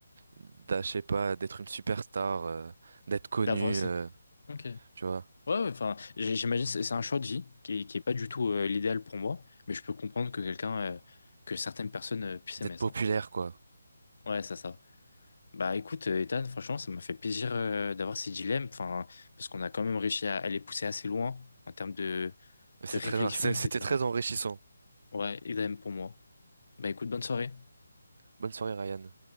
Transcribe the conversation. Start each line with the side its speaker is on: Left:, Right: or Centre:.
Right: d'a- je sais pas, d'être une superstar, euh, d'être connu,
Left: D'avoir, c'est...
Right: euh,
Left: Ok. Ouais,
Right: tu vois.
Left: ouais, enfin, j- j'imagine c'est c'est un choix de vie qui, qui est pas du tout euh, l'idéal pour moi, mais je peux comprendre que quelqu'un, euh, que certaines personnes euh, puissent
Right: d'être
Left: aimer
Right: populaire,
Left: ça.
Right: quoi.
Left: Ouais, c'est ça. Bah écoute, euh, Ethan, franchement, ça m'a fait plaisir euh, d'avoir ces dilemmes, enfin, parce qu'on a quand même réussi à, à les pousser assez loin en termes de,
Right: Mais C'est
Left: de réflexion,
Right: très, c'est-
Left: etc.
Right: c'était très enrichissant.
Left: Ouais, et idem pour moi. Bah écoute, bonne soirée.
Right: Bonne soirée, Ryan.